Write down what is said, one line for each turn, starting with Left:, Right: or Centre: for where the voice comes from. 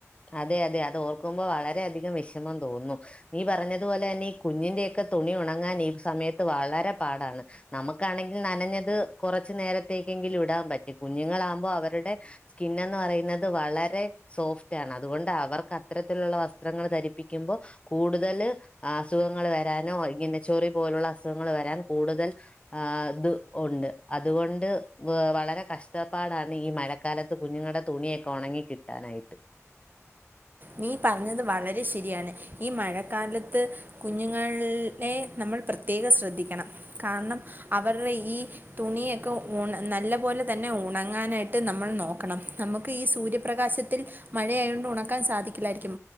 Left: അതെ അതെ അത് ഓർക്കുമ്പോൾ വളരെയധികം വിഷമം തോന്നുന്നു നീ പറഞ്ഞതുപോലെ തന്നെ ഈ കുഞ്ഞിന്റെക്കെ തുണി ഉണങ്ങാൻ ഈ സമയത്ത് വളരെ പാടാണ് നമുക്കാണെങ്കിൽ നനഞ്ഞത് കുറച്ചു നേരത്തേക്കെങ്കിലും ഇടാൻ പറ്റും കുഞ്ഞുങ്ങളാകുമ്പോൾ അവരുടെ സ്കിനന്ന് പറയുന്നത് വളരെ സോഫ് റ്റാണ് അതുകൊണ്ട് അവർക്ക് അത്തരത്തിലുള്ള വസ്ത്രങ്ങൾ ധരിപ്പിക്കുമ്പോൾ കൂടുതൽ അസുഖങ്ങൾ വരാനോ ഇങ്ങനെ ചൊറി പോലുള്ള അസുഖങ്ങൾ വരാൻ കൂടുതൽ ഇത് ഉണ്ട് അതുകൊണ്ട് വളരെ കഷ്ടപ്പാടാണ് ഈ മഴക്കാലത്ത് കുഞ്ഞുങ്ങളുടെ തുണിയൊക്കെ ഉണങ്ങി കിട്ടാനായിട്ട്
Right: നീ പറഞ്ഞത് വളരെ ശരിയാണ് ഈ മഴക്കാലത്ത് കുഞ്ഞുങ്ങളെ നമ്മൾ പ്രത്യേകം ശ്രദ്ധിക്കണം കാരണം അവരുടെ ഈ തുണിയൊക്കെ ഉണ നല്ല പോലെ തന്നെ ഉണങ്ങാനായിട്ട് നമ്മൾ നോക്കണം നമുക്ക് ഈ സൂര്യപ്രകാശത്തിൽ മഴയായൊണ്ട് ഉണക്കാൻ സാധിക്ക ലായിരിക്കും